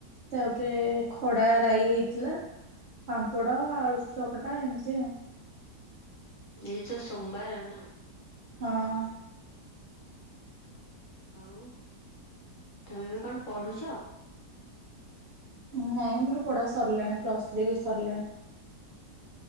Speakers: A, on the right (about 60°); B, on the left (about 60°).
A: ତାପରେ ଖଡା ରାଇ ହେଇଥିଲା। ପାମ୍ପଡ, ଆଳୁ ଚକଟା ଏମିତି ଆଉ।
B: ଏଇ ତ ସୋମବାର ନା।
A: ହଁ।
B: ଆଉ ତମେ ଏବେ କଣ ପଢୁଚ?
A: ନାଇଁ ମୋର ପଢା ସରିଲାଣି। ପ୍ଲସ୍ ଥ୍ରୀ ବି ସରିଲାଣି।